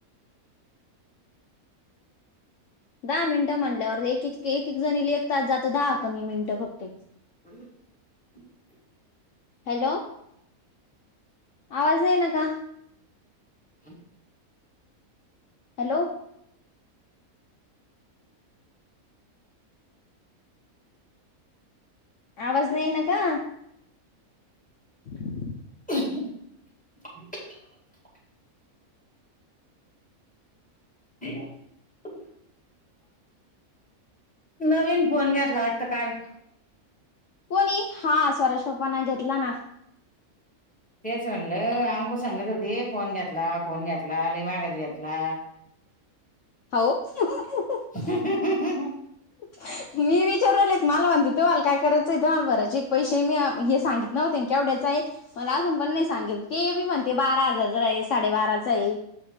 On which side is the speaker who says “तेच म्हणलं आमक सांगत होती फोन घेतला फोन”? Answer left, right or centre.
Centre